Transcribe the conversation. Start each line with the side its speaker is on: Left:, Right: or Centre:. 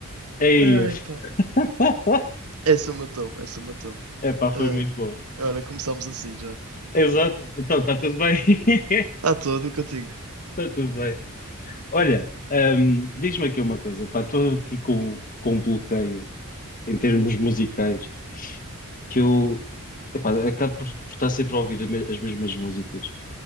Left: Ei,
Right: Ai,
Left: f-
Right: pá.
Left: <laughs>
Right: Essa matou-me, essa matou-me.
Left: epá, foi
Right: Ai.
Left: muito boa.
Right: Olha, começámos assim já.
Left: Exato. Então, está tudo bem. <laughs>
Right: Está todo e contigo.
Left: Está tudo bem. Olha, hum, diz-me aqui uma coisa, pá, estou aqui com, com um bloqueio em termos musicais que eu, epá, acabo por, por estar sempre a ouvir as me- as mesmas músicas